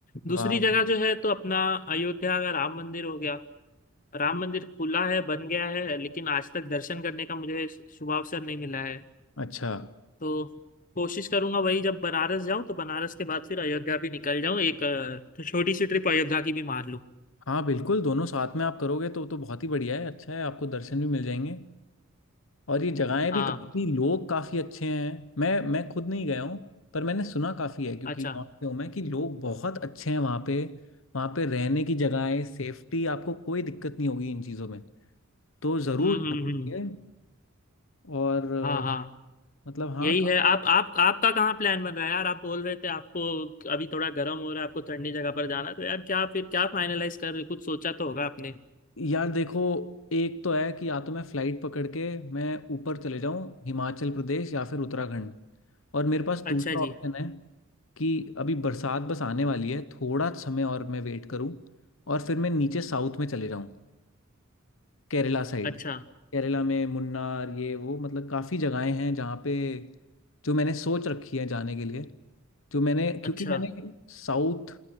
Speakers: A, on the left (about 40°); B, on the left (about 70°).
A: दूसरी
B: वाह
A: जगह जो है तो अपना अयोध्या का राम मंदिर हो गया राम मंदिर खुला है बन गया है लेकिन आज तक दर्शन करने का मुझे शुभ अवसर नहीं मिला है
B: अच्छा
A: तो कोशिश करूंगा वही जब बनारस जाऊं तो बनारस के बाद फिर अयोध्या भी निकल जाऊं एक अ, छोटी सी ट्रिप अयोध्या की भी मार लूं
B: हाँ बिल्कुल दोनों साथ में आप करोगे तो तो बहुत ही बढ़िया है अच्छा है आपको दर्शन भी मिल जाएंगे और ये जगहें भी
A: हाँ
B: काफ़ी लोग काफ़ी अच्छे हैं मैं मैं खुद नहीं गया हूँ पर मैंने सुना काफ़ी है क्योंकि
A: अच्छा
B: नॉर्थ से हूँ मैं कि लोग बहुत अच्छे हैं वहाँ पे वहाँ पे रहने की जगहें सेफ्टी आपको कोई दिक्कत नहीं होगी इन चीज़ों में तो ज़रूर
A: हम्म हम्म
B: जाना
A: हम्म
B: चाहिए और अ,
A: हाँ हाँ
B: मतलब हाँ
A: यही
B: का-
A: है आप आप आपका कहाँ प्लान बन रहा है यार आप बोल रहे थे आपको अभी थोड़ा गर्म हो रहा है आपको ठंडी जगह पर जाना है, तो यार क्या फिर क्या फाइनलाइज कर कुछ सोचा तो होगा आपने
B: यार देखो एक तो है कि या तो मैं फ़्लाइट पकड़ के मैं ऊपर चले जाऊँ हिमाचल प्रदेश या फिर उत्तराखंड और मेरे पास
A: अच्छा
B: दूसरा ऑप्शन
A: जी
B: है कि अभी बरसात बस आने वाली है थोड़ा समय और मैं वेट करूं और फिर मैं नीचे साउथ में चले जाऊं केरला साइड
A: अच्छा
B: केरला में मुन्नार ये वो मतलब काफ़ी जगहें हैं जहाँ पे जो मैंने सोच रखी है जाने के लिए जो मैंने क्योंकि
A: अच्छा
B: मैंने साउथ